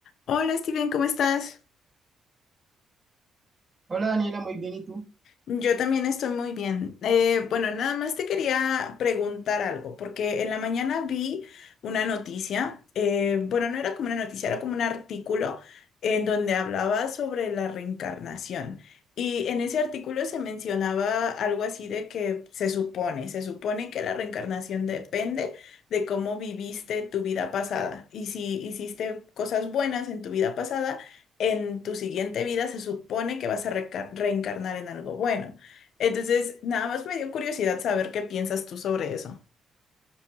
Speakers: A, on the left; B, on the right.
A: Hola Steven, ¿cómo estás?
B: Hola Daniela, muy bien, ¿y tú?
A: Yo también estoy muy bien. Eh, bueno, nada más te quería preguntar algo, porque en la mañana vi una noticia, eh, bueno, no era como una noticia, era como un artículo en donde hablaba sobre la reencarnación. Y en ese artículo se mencionaba algo así de que se supone, se supone que la reencarnación depende de cómo viviste tu vida pasada y si hiciste cosas buenas en tu vida pasada en tu siguiente vida se supone que vas a reca- reencarnar en algo bueno. Entonces, nada más me dio curiosidad saber qué piensas tú sobre eso.